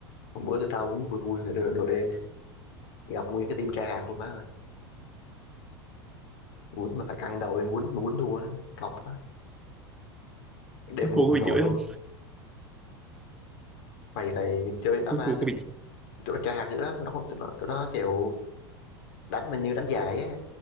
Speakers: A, on the left; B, in the centre.
A: hôm bữa tụi tao quýnh vui vui rồi nửa đồ đêm gặp nguyên cái team tra hạt luôn má ơi quýnh mà phải căng đầu lên quýnh mà quýnh thua đấy cọc quá đêm ngủ
B: thua
A: không
B: có bị
A: nổi
B: chửi
A: luôn
B: không
A: mày phải chơi cái đó
B: Ui,
A: mà
B: thua
A: tụi
B: có bị chửi
A: tụi nó tra hạt dữ lắm tụi nó không tụi nó, tụi nó kiểu đánh mình như đánh giải á